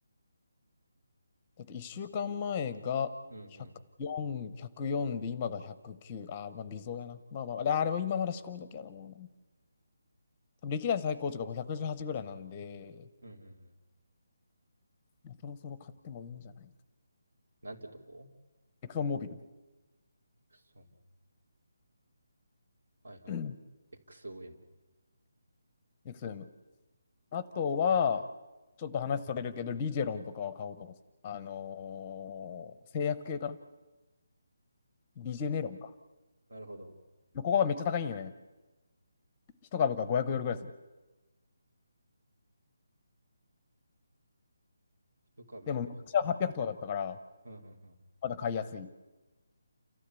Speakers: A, on the left; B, on the right.
A: だって1週間前が104、
B: うんうん。
A: 1で今が109。あー、まあ微増やな。まあまあ、あーでも今まだ仕込み時やな、もうな。多分歴代最高値が518ぐらいなんで、
B: うんうんうん。
A: まあ、そろそろ買ってもいいんじゃないか。
B: なんてとこ
A: エクソンモービル。
B: エクソン。はいはいはい。
A: <clears throat> うん
B: XOM。
A: エクソム。あとは、ちょっと話それるけど、リジェロンとかは買おうと思ってた。あのー製薬系かなリジェネロンか。
B: なるほど。
A: ここがめっちゃ高いんよね。一株が500ドルぐらいする。
B: 一株
A: でも昔は800とかだったから、
B: 500? うんうんうん。
A: まだ買いやすい。